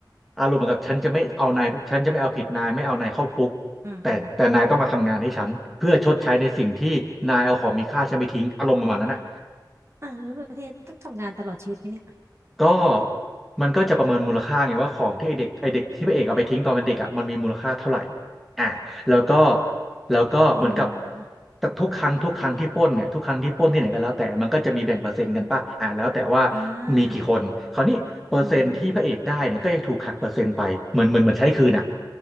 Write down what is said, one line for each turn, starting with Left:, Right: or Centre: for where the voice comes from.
Centre: อารมณ์เหมือนกับฉันจะไม่เอานายฉันจะไม่เอาผิดนายไม่เอานายเข้าคุก
Right: อืมอืม
Centre: แต่แต่นายต้องมาทำงานให้ฉันเพื่อชดใช้ในสิ่งที่นายเอาของมีค่าฉันไปทิ้งอารมณ์ประมาณนั้นอ่ะ
Right: อ่ะแล้วประเทศต้องทำงานตลอดชีวิตไหมเนี่ย
Centre: ก็มันก็จะประเมินมูลค่าไงว่าของที่ไอเด็กไอเด็กที่พระเอกเอาไปทิ้งตอนเป็นเด็กอ่ะมันมีมูลค่าเท่าไหร่อ่าแล้วก็แล้วก็เหมือนกับ
Right: อ๋อ
Centre: แต่ทุกครั้งทุกครั้งที่ปล้นเนี่ยทุกครั้งที่ปล้นที่ไหนก็แล้วแต่มันก็จะมีแบ่งเปอร์เซ็นต์กันป่ะอ่าแล้วแต่ว่า
Right: อ่า
Centre: มีกี่คนคราวนี้เปอร์เซ็นต์ที่พระเอกได้เนี่ยก็จะถูกหักเปอร์เซ็นต์ไปเหมือนเหมือนเหมือนใช้คืนอ่ะ
Right: อืมอืม